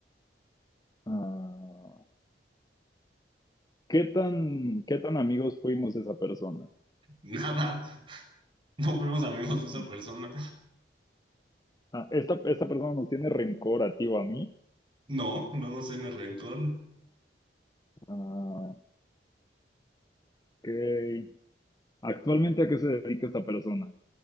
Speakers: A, on the left; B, on the right.
A: ah, ¿qué tan, qué tan amigos fuimos de esa persona?
B: <laughs> Nada, no fuimos amigos
A: Mm,
B: de esa persona.
A: Ah, esta, esta persona nos tiene rencor a ti o a mí.
B: No, no nos tiene rencor.
A: Ah, ok. ¿Actualmente a qué se dedica esta persona?